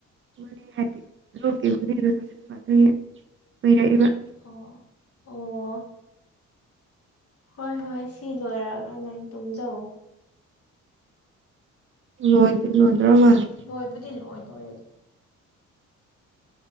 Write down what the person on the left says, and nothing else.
ꯍꯣ ꯑꯣ ꯍꯣꯏ ꯍꯣꯏ ꯁꯤ ꯂꯣꯏꯔꯒ ꯅꯪ ꯇꯨꯝꯖꯧ꯫
ꯂꯣꯏꯕꯨꯗꯤ ꯂꯣꯏꯗꯣꯔꯦꯗ꯫